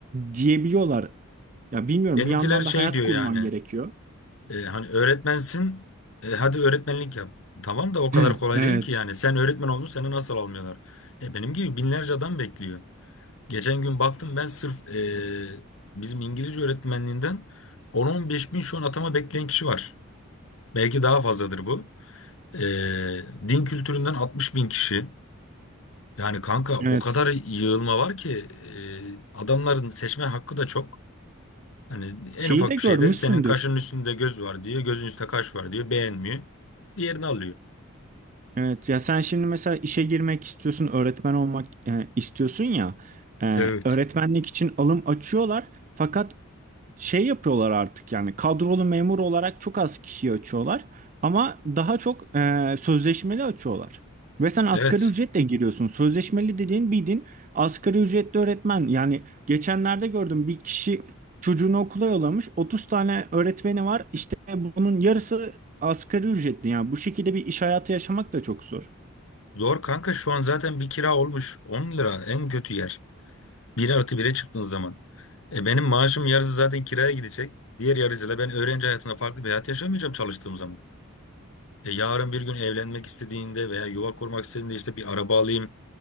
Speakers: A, on the right (about 35°); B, on the left (about 70°).
A: diyebiliyorlar. Ya bilmiyorum
B: Benimkiler
A: bir yandan
B: şey
A: da hayat
B: diyor
A: kurman
B: yani.
A: gerekiyor.
B: e, hani öğretmensin. e, hadi öğretmenlik yap. Tamam da o kadar
A: <laughs>
B: kolay
A: Evet.
B: değil ki yani. Sen öğretmen oldun seni nasıl almıyorlar? E, benim gibi binlerce adam bekliyor. Geçen gün baktım ben sırf eee, bizim İngilizce öğretmenliğinden 10-15 bin şu an atama bekleyen kişi var. Belki daha fazladır bu. Eee, din kültüründen 60 bin kişi. Yani kanka o
A: Evet.
B: kadar yığılma var ki eee, adamların seçme hakkı da çok. Hani en
A: Şeyi
B: ufak
A: de
B: bir
A: görmüşsündür.
B: şeyde senin kaşının üstünde göz var diyor, gözün üstünde kaş var diyor, beğenmiyor. Diğerini alıyor.
A: Evet ya sen şimdi mesela işe girmek istiyorsun, öğretmen olmak e, istiyorsun ya. e,
B: Evet.
A: öğretmenlik için alım açıyorlar. Fakat şey yapıyorlar artık yani kadrolu memur olarak çok az kişiyi açıyorlar ama daha çok e, sözleşmeli açıyorlar. Ve sen asgari
B: Evet.
A: ücretle giriyorsun. Sözleşmeli dediğin bildiğin asgari ücretli öğretmen. Yani geçenlerde gördüm bir kişi çocuğunu okula yollamış. 30 tane öğretmeni var. İşte bunun yarısı asgari ücretli. Yani bu şekilde bir iş hayatı yaşamak da çok zor.
B: Zor kanka şu an zaten bir kira olmuş 10 lira en kötü yer. Bir artı bire çıktığın zaman. E benim maaşım yarısı zaten kiraya gidecek. Diğer yarısıyla ben öğrenci hayatında farklı bir hayat yaşamayacağım çalıştığım zaman. E yarın bir gün evlenmek istediğinde veya yuva kurmak istediğinde işte bir araba alayım.